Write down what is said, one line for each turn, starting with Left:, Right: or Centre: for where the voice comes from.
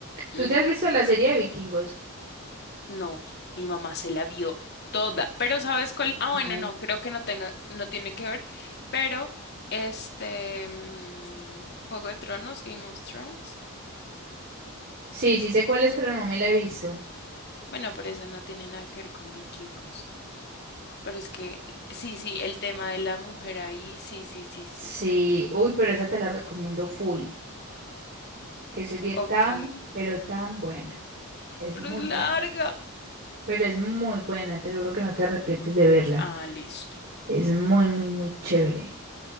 Left: <gasps>
Right: ¿tú te has visto la serie de vikingos?
Left: No, mi mamá se la vio toda, pero ¿sabes cuál? Ah, bueno,
Right: ay
Left: no, creo que no tenga, no tiene que ver, pero este mm, Juego de Tronos, Game of Thrones,
Right: Sí, sí sé cuál es, pero no me la he visto.
Left: bueno, pero eso no tiene nada que ver con vikingos, pero es que sí, sí, el tema de la mujer ahí, sí, sí, sí, sí,
Right: Sí,
Left: sí,
Right: uy, pero esa te la recomiendo full. Que sería
Left: ok,
Right: tan, pero tan buena. Es
Left: pero
Right: muy
Left: es larga.
Right: buena, pero es muy buena, te lo juro que no te arrepientes de verla.
Left: Ah, listo,
Right: Es muy, muy, muy chévere.